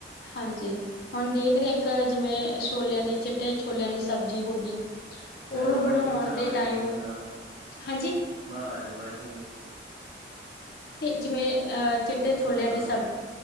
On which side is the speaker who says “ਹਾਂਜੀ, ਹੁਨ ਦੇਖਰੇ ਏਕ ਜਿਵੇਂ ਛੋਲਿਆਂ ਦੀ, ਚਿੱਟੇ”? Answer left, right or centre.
Left